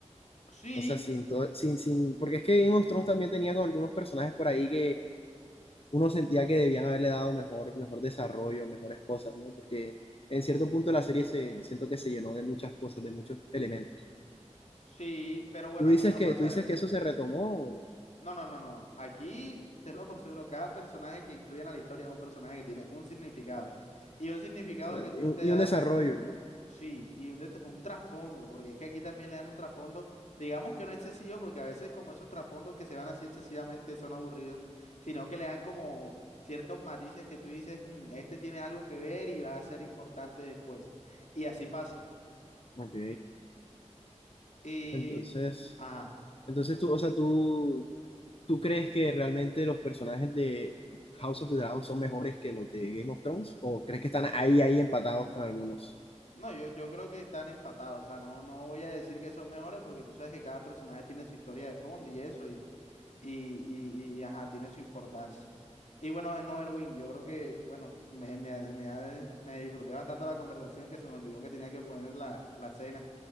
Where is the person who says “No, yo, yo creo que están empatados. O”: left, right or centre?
Left